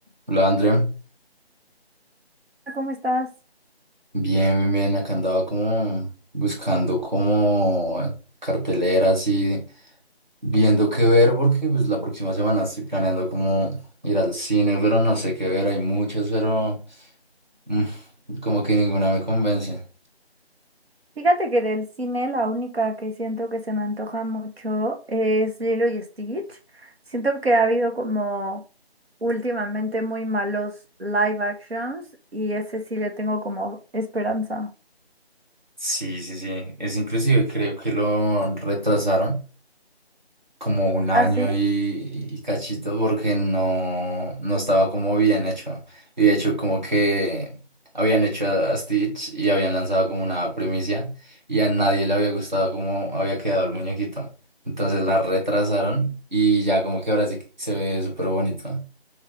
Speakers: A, on the right (about 45°); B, on the right (about 65°).
A: Hola, André.
B: ¿Cómo estás?
A: Bien, bien, bien. Acá andaba como buscando como carteleras y viendo qué ver porque pues la próxima semana estoy planeando como ir al cine, pero no sé qué ver. Hay muchas, pero mm, como que ninguna me convence.
B: Fíjate que del cine la única que siento que se me antoja mucho es Lilo y Stitch. Siento que ha habido como últimamente muy malos live actions y ese sí le tengo como esperanza.
A: Sí, sí, sí. Es inclusive creo que lo retrasaron. como un año
B: ¿Ah, sí?
A: y, y cachito porque no, no estaba como bien hecho. Y de hecho como que habían hecho a a Stitch y habían lanzado como una primicia y a nadie le había gustado cómo había quedado el muñequito. Entonces la retrasaron y ya como que ahora sí que se ve súper bonito.